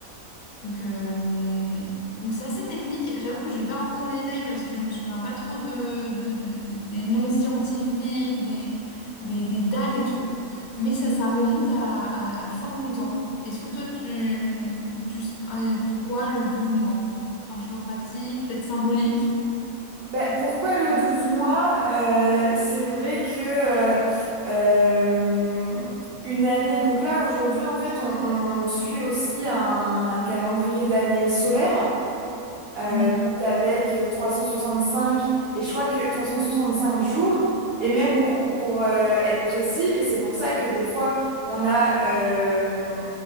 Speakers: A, on the left; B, on the right.
A: Donc, euh, donc c'est assez technique. J'avoue que je vais pas rentrer dans les détails parce que je me souviens pas trop de, de- de- de- des noms scientifiques, des, des, des dates et tout. Mais ça, ça remonte à, à- à fort longtemps. Est-ce que toi, tu, tu sais- euh, pourquoi le 12 mois? Un choix pratique, peut-être symbolique?
B: Bah, pourquoi le 12 mois? Euh, c'est vrai que euh, euh, une année, donc là aujourd'hui en fait on, on suit aussi un calendrier d'année solaire. Euh,
A: Mm,
B: donc avec euh, 365, et je crois que 365 jours, et même pour, pour euh, être précis, et c'est pour ça que des fois, on a, euh,